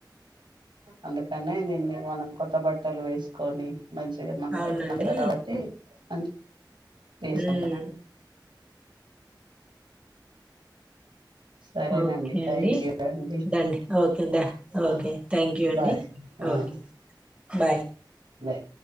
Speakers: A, on the right; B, on the right.
A: అందుకనే దీన్ని మనం కొత్త బట్టలు వేసుకొని మంచిగ మన
B: అవునండి
A: తెలుగు పండుగ కాబట్టి మంచి టె
B: ఉమ్
A: సొంత మండి సరేనండి
B: ఓకే
A: థ్యాంక్
B: అండి
A: యూ అండి
B: దండి ఓకే దా ఓకే
A: అ
B: థ్యాంక్ యూ అండి
A: bye hmm
B: okay bye
A: bye